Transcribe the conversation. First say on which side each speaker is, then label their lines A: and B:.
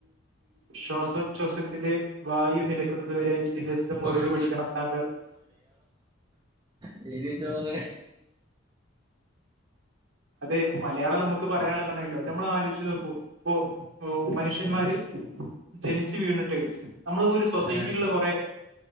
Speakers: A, on the right; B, on the right.
A: ശ്വാസോച്ഛ്വാസത്തിന്റെ വായു നില ന്നത് വരെ വിദ്യാഭ്യാസത്തി മുറകെ
B: ഓഹ്
A: പിടിക്കണം താങ്കൾ
B: ത് വച്ചാവുന്ന
A: അത മലയാളം നമ്മ പറയാനുള്ളതാണെങ്കിലോ നമ്മൾ ആലോചിച്ച് നോക്കും ഇപ്പൊ മനുഷന്മാര് ജനിച്ച്ച് വീണിട്ട് നമ്മള് ഒരു സൊസൈറ്റിയിലുള്ള
B: ഏഹ്
A: കുറെ